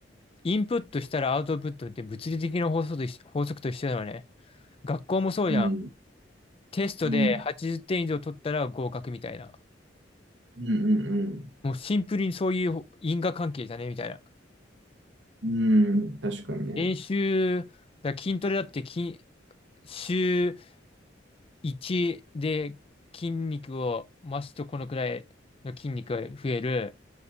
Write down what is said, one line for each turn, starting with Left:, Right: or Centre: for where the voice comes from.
Left: インプットしたらアウトプットって物理的な法則と一緒法則と一緒だよね。学校もそうじゃん。
Right: うん、
Left: テストで80点以上取ったら合格みたいな。
Right: うん、うんうん
Left: もうシンプルにそういう因果関係じゃねみたいな。
Right: うん。うん、確かにね。
Left: 練習、だ筋トレだって筋、週1で筋肉を増すとこのくらいの筋肉が増える。